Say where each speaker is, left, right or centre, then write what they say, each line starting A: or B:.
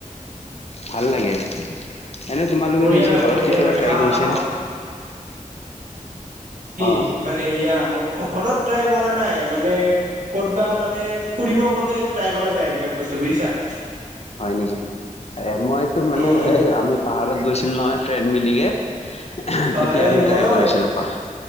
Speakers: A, on the left (about 50°); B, on the right (about 65°).
A: ভাল লাগে। এনে তোমালোকে
B: বঢ়িয়া
A: নিজে
B: লাগে
A: ঘৰত
B: বঢ়িয়া
A: কেতিয়াবা
B: লাগে
A: ট্ৰাই
B: বাহ
A: কৰিছে
B: বাহ
A: নে।
B: কি
A: অ
B: মানে ইয়া ঘৰত ট্ৰাই কৰা নাই মানে। ক'তবা মানে ফুৰিব গ'লে ট্ৰাই কৰা যায় এইবিলাক বস্তু বুজিছা।
A: হয় নেকি মইতো মানে
B: উম
A: এই আমি পাহাৰত গৈছিল নহয় ফ্ৰেণ্ড মিলিকে।
B: হয়,
A: তেতিয়া আমি
B: এই
A: ট্ৰাই
B: মইয়ো
A: কৰিছিলো পাহ